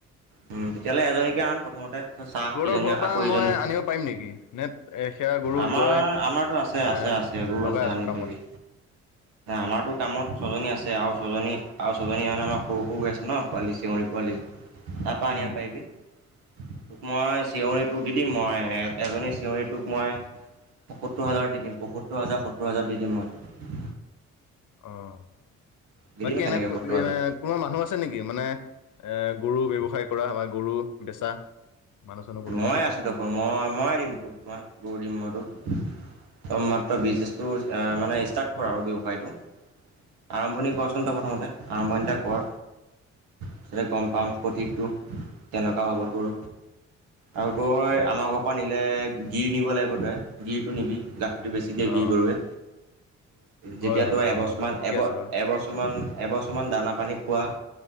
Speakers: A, on the right; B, on the left.
A: উম, তেতিয়াহ'লে এজনীকে আন প্ৰথমতে চা,
B: তহঁতৰ
A: ইজনী
B: ঘৰৰ পৰা
A: আকৌ
B: মই
A: ইজনী
B: আনিব পাৰিম নেকি নে এ সেয়া গৰু
A: আমাৰ,
B: তই
A: আমাৰতো আছে,
B: এ
A: আছে, আছে গৰু
B: লগাই
A: আছে,
B: আছ
A: আনিব
B: কামত
A: পাৰিবি। আমাৰতো কামত ছজনী আ আছে, আৰু ছজনী আৰু ছজনী মানে আমাৰ সৰু, সৰু হৈ আছে ন' পোৱালি চেউৰী পোৱালি তাপা আনিব
B: উম
A: পাৰিবি, তোক মই চিউৰিটো দি দিম মই এজনী চিঞৰি তোক মই পসোত্তৰ হাজাৰ দি দিম, পসোত্তৰ হাজাৰ, সত্তৰ হাজাৰ দি দিম মই।
B: অ'।
A: দি
B: বাকী
A: দিম সেনেকৈ
B: এনে-এ
A: সত্তৰ হাজাৰ
B: কোনোবা মানুহ আছে নেকি? মানে এ, গৰু ব্যৱসায় কৰা, আমাৰ গৰু বেচা? মানুহ চানুহ কোনোবা
A: ময়ে
B: এনেকা
A: আছোঁ দেখোন, মই, মই দিম তোক মই। গৰু দিম মই তোক। তই মাত্ৰ বিজনেচটো আ, মানে ইষ্টাৰ্ট কৰ আৰু ব্যৱসায়টো। আৰম্ভণি কৰচোন তই প্ৰথমতে, আৰম্ভণিটা কৰ। <unintelligible> গম পাম
B: অ
A: সঠিকটো, কেনেকুৱা হ'ব তোৰ। আৰু তই আমাৰ ঘৰৰ পৰা নিলে গিৰ নিব লাগিব তই, গিৰ টো নিবি গাখীৰটো বেছি দিয়ে
B: অ
A: গীৰ গৰুৱে। যেতিয়া
B: হয় হয়
A: তোৰ
B: অ
A: এবছৰমান
B: ঠিকে আছে বাৰু
A: এবছৰমান এবছৰমান দানা পানী খোৱা